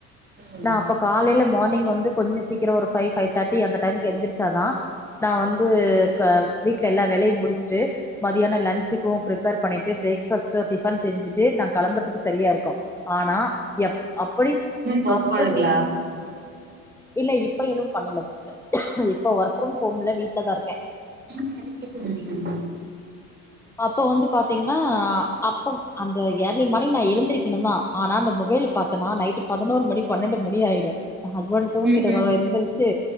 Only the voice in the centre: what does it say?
நா அப்ப காலைல மார்னிங் வந்து கொஞ்ச சீக்கிர ஒரு ஃபைவ் ஃபைவ் தேர்டி அந்த டைம்க் எந்திரிச்சா தா நா வந்து கா வீட்ல எல்லா வேலயு முடிஸ்ட்டு மதியான லன்ச்சுக்கு ப்ரிப்பேர் பண்ணிட்டு பிரேக் ஃபாஸ்ட்டு டிஃபன் செஞ்சுட்டு நா கெளம்பறதுக்கு சரியா இருக்கு ஆனா எப் அப்படி
அப்படி இல்ல இப்ப ஏது பண்ணல சிஸ்டர் இப்ப ஒர்க் ஃப்ரம் ஹோம்ல வீட்ல தா இருக்கே
அப்ப வந்து பாத்தீங்ன்னா அப்ப அந்த ஏர்லி மார்னிங் நா எழுந்திருக்கணுந்தா ஆனா அந்த மொபைல் பாத்தனா நைட்டு பதனோரு மணி பன்னெண்டு மணி ஆய்டு ஹஸ்பண்ட் தூங்கிட்டவர்
எந்திரிச்சு